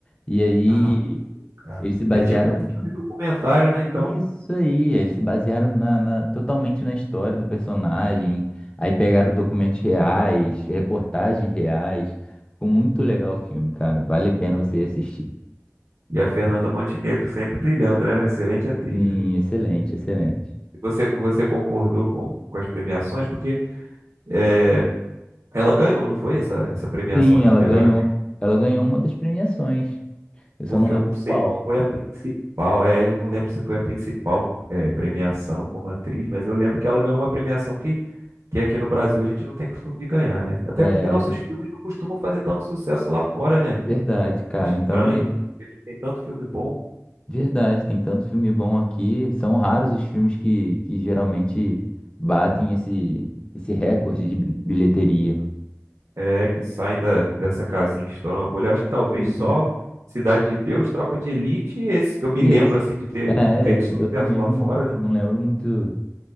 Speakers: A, on the left (about 20°); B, on the right (about 65°).
A: E aí
B: Ah, cara.
A: Eles se basearam.
B: É tipo um filme documentário, né, então?
A: Isso aí, eles se basearam na, na- totalmente na história do personagem. Aí pegaram documentos reais, reportagens reais. Ficou muito legal o filme, cara. Vale a pena você assistir.
B: E a Fernanda Montenegro sempre brilhando, né? Excelente atriz,
A: Sim,
B: né?
A: excelente, excelente.
B: Você, você concordou com, com as premiações? Porque é, ela ganhou, não foi essa, essa premiação
A: Sim,
B: de
A: ela
B: melhor
A: ganhou,
B: atriz?
A: ela ganhou uma das premiações. Eu só
B: Porque
A: não
B: eu
A: lembro
B: não sei
A: qual.
B: se foi a principal, é, eu não lembro se foi a principal é, premiação como atriz, mas eu lembro que ela ganhou uma premiação que, que aqui no Brasil a gente não tem costume de ganhar, né? Até
A: É
B: porque nossos filmes não costumam fazer tanto sucesso lá fora, né?
A: verdade, cara.
B: É estranho
A: Então, é-
B: isso, porque a gente tem tanto filme bom.
A: Verdade, tem tanto filme bom aqui. São raros os filmes que, que geralmente batem esse, esse recorde de bi- bilheteria.
B: É, que saem da, dessa casinha que estouram a bolha. Eu acho que talvez
A: Uhum.
B: só Cidade de Deus, Tropa de Elite, e esse que eu me
A: E
B: lembro
A: esse?
B: assim de ter
A: É,
B: feito
A: eu,
B: sucesso
A: eu também
B: lá
A: não,
B: fora,
A: não
B: né?
A: lembro muito